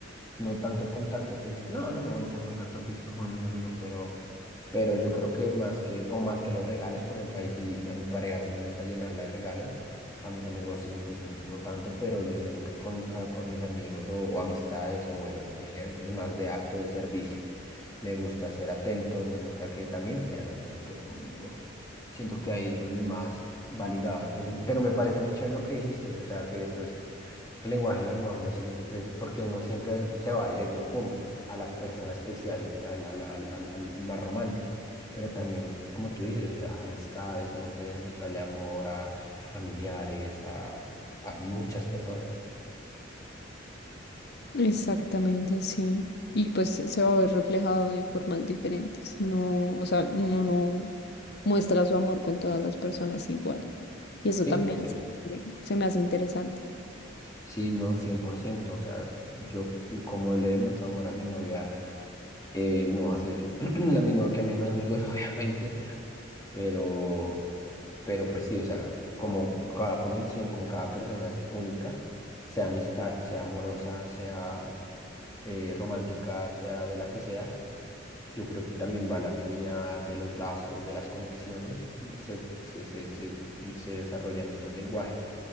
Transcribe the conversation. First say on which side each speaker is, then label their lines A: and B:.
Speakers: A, on the left; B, on the left.
A: no tanto el contacto físico. No, no me molesta el contacto físico con mis amigos, pero Pero yo creo que más que, o más que los regalos, por ejemplo, ahí sí, a mi pareja sí me gusta llenarla de regalos, a mis amigos sí, pues no no tanto, pero yo siento que con, ah, con mis amigos o, o amistades o bueno, familiares es más de acto de servicio. Me gusta ser atento, me gusta que también sean atentos conmigo. Siento que ahí es donde más va ligado. Entonces, pero me parece muy chévere lo que dijiste, o sea, que esto es el lenguaje del amor, no sé, porque uno siempre se va directo, pum, a la persona especial, al, al- la al- al más romántica. Pero también, como tú dices, o sea, amistades, uno puede demostrarle amor a, a familiares, a, a muchas personas.
B: Exactamente, sí. Y pues se va a ver reflejado de formas diferentes. No, o sea, uno no muestra su amor con todas las personas igual. Y eso
A: cien
B: también
A: por ciento
B: se me se me hace interesante.
A: Sí, no, cien por ciento O sea, yo como le demuestro amor a mi novia, eh, no va a ser <clears throat> la misma que a mis amigos, <laughs> obviamente, pero... Pero pues sí, o sea, como cada conexión con cada persona es única, sea amistad, sea amorosa, sea eh, romántica, sea de la que sea, yo creo que también va la afinidad de los lazos, de las conexiones, mm, se, se, se, se, se desarrollan estos lenguajes.